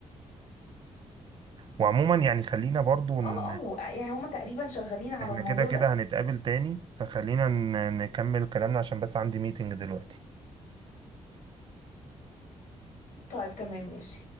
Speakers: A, on the right (about 40°); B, on the left (about 90°).
A: وعموما يعني خلينا برضو ان
B: اه اه يعني هم تقريبا شغالين على
A: احنا
B: الموضوع
A: كده كده
B: ده
A: هنتقابل تاني فخلينا ن- نكمل كلامنا عشان بس عندي ميتنج دلوقتي
B: طيب تمام ماشي